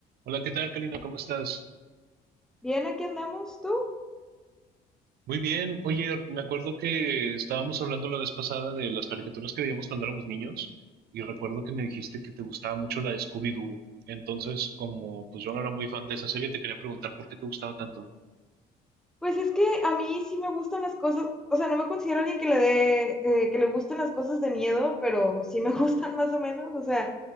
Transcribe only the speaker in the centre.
Bien, aquí andamos, ¿tú?
Pues es que a mí sí me gustan las cosas, o sea, no me considero alguien que le dé, eh, que le gusten las cosas de miedo, pero sí me <laughs> gustan más o menos, o sea,